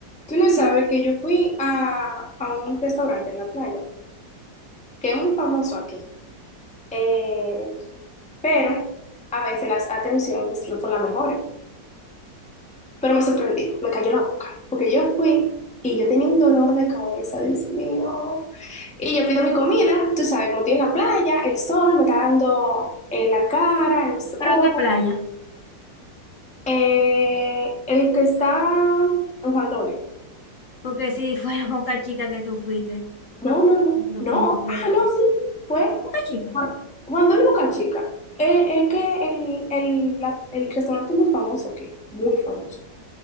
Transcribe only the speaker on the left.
¿Pero
a qué playa?
Porque si fuera <laughs> Boca Chica que tú fuiste.
no, pero
fue un lío
que-
Boca Chica.